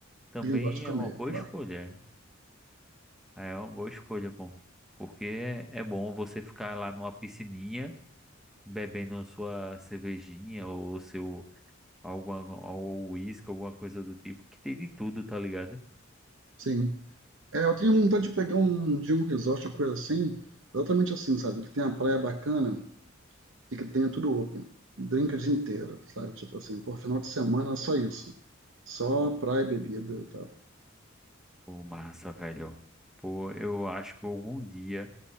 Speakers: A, in the centre; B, on the right (about 70°).
A: também
B: A gente gosta de comer,
A: é uma boa
B: claro.
A: escolha. É uma boa escolha, bom. Porque é, é bom você ficar lá numa piscininha bebendo a sua cervejinha ou seu alguma ou uísque, alguma coisa do tipo, que tem de tudo, tá ligado?
B: Sim. É, eu tenho vontade de pegar um de um resort, uma coisa assim, exatamente assim, sabe? Que tenha praia bacana e que tenha tudo open. Drink o dia inteiro, sabe? Tipo assim, por final de semana é só isso. Só praia e bebida e tal.
A: Pô, massa, velho. Pô, eu acho que algum dia